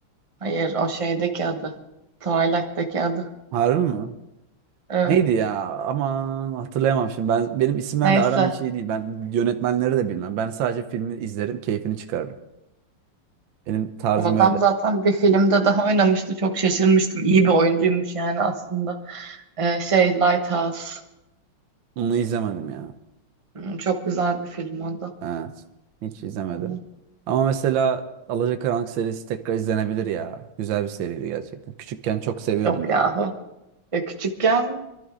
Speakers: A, on the right (about 20°); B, on the right (about 70°).
A: Hayır o şeydeki adı. Twilight'teki adı.
B: Harbi mi?
A: Evet.
B: Neydi ya? Aman hatırlayamam şimdi. Ben benim isimlerle
A: Neyse.
B: aram hiç iyi değil. Ben yönetmenleri de bilmem. Ben sadece filmi izlerim, keyfini çıkarırım. Benim tarzım
A: O adam
B: öyle.
A: zaten bir filmde daha oynamıştı. Çok şaşırmıştım. İyi bir oyuncuymuş yani aslında. Ee, şey Lighthouse.
B: Onu izlemedim ya.
A: Hmm, Çok güzel bir film o da.
B: Evet. Hiç izlemedim.
A: Hmm,
B: Ama mesela Alacakaranlık serisi tekrar izlenebilir ya. Güzel bir seriydi gerçekten. Küçükken çok seviyordum
A: Yok
B: yani.
A: ya. Ya küçükken